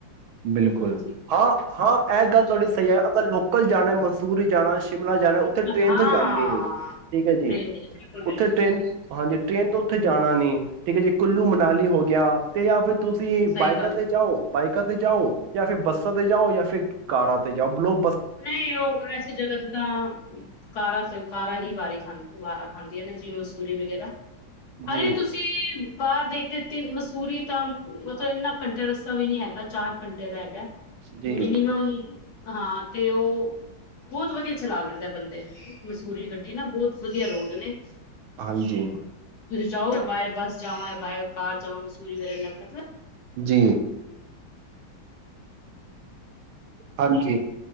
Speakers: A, on the right; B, on the left.
A: ਬਿਲਕੁਲ
B: ਹਾਂਜੀ
A: ਹਾਂ ਹਾਂ ਇਹ ਗੱਲ
B: ਚਲੋ
A: ਤੁਹਾਡੀ ਸਹੀ ਹੈ ਅਗਰ ਲੋਕ ਕਲ ਜਾਣਾ ਮਨਸੂਰੀ ਜਾਣਾ ਸ਼ਿਮਲਾ ਜਾਣਾ ਉੱਥੇ ਟ੍ਰੇਨ
B: ਹਾਂ
A: ਤੋਂ ਜਾਂਦੀ ਨੀ ਠੀਕ ਹੈ ਜੀ
B: ਟ੍ਰੇਨ ਵਿੱਚ ਬਿਲਕੁਲ ਬਿਲਕੁਲ
A: ਉੱਥੇ ਟ੍ਰੇਨ ਹਾਂਜੀ ਟ੍ਰੇਨ ਤੋਂ ਉੱਥੇ ਜਾਣਾ ਨੀ ਠੀਕ ਹੈ ਜੀ ਕੁੱਲੂ ਮਨਾਲੀ ਹੋ ਗਿਆ ਤੇ ਜਾਂ ਫਿਰ ਤੁਸੀਂ
B: ਸਹੀ
A: ਬਾਈਕਾਂ
B: ਗੱਲ
A: ਤੇ ਜਾਓ ਬਾਈਕਾਂ ਤੇ ਜਾਓ ਜਾਂ ਫਿਰ ਬੱਸਾਂ ਤੇ ਜਾਓ ਜਾਂ ਫਿਰ ਕਾਰਾਂ ਤੇ ਜਾਓ ਬਲੋ
B: ਨਹੀਂ ਉਹ ਐਸੀ ਜਗ੍ਹਾ ਤੇ ਤਾਂ ਕਾਰਾ ਤੇ ਕਾਰਾ ਹੀ ਵਾਰੀ ਖਾਂਦੇ ਦੁਬਾਰਾ ਖਾਂਦੀਆਂ ਨੇ ਜਿਵੇਂ ਮਸੂਰੀ ਵਗੈਰਾ
A: ਜੀ
B: ਹਜੇ ਤੁਸੀਂ ਬਾਹਰ ਦੇਖਦੇ ਤੇ ਮਸੂਰੀ ਤਾਂ ਮਤਲਬ ਇੰਨਾ ਘੰਟੇ ਰਸਤਾ ਵੀ ਨੀ ਹੈਗਾ ਚਾਰ ਘੰਟੇ ਦਾ ਹੈਗਾ
A: ਜੀ
B: ਮਿਨੀਮਮ ਹਾਂ। ਅਤੇ ਉਹ ਬਹੁਤ ਵਧੀਆ ਚਲਾ ਲੈਂਦਾ। ਬੰਦੇ ਮਸੂਰੀ ਗੱਡੀ ਨਾ ਬਹੁਤ ਵਧੀਆ ਰੋਡ ਨੇ
A: ਹਾਂਜੀ
B: ਤੁਸੀਂ ਜਾਓ ਬਾਏ ਬੱਸ ਜਾਓ ਹੈ ਬਾਏ ਕਾਰ ਚਸੂਰੀ ਵ ਲਗਤ
A: ਜੀ। ਹਾਂਜੀ